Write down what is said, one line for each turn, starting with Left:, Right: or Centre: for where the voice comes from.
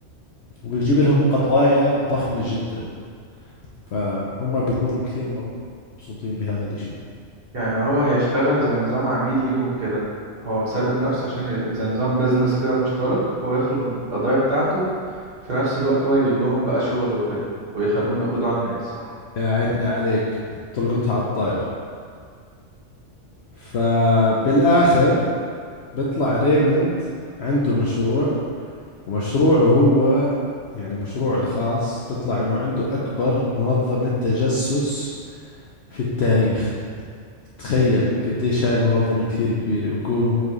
Left: وبيجيب لهم قضايا ضخمة جدا فهم بيكونوا كثير مبسوطين بهذا الاشي
Right: يعني هو هيشتغل زي نظام عميل ليهم كده هو مسلم نفسه عشان ي... زي نظام بيزنس كده مشترك هو يخرج من القضايا بتاعته في نفس الوقت هو يجيب لهم بقى شغل وكده ويخلوهم يقبضوا على الناس
Left: يا عيني عليك تلقطها على الطاير فبالآخر بيطلع ريموند عنده مشروع ومشروعه هو يعني مشروعه الخاص بيطلع انه عنده أكبر منظمة تجسس في التاريخ تخيل قديش هاي المنظمة كثير كبيرة بيكونوا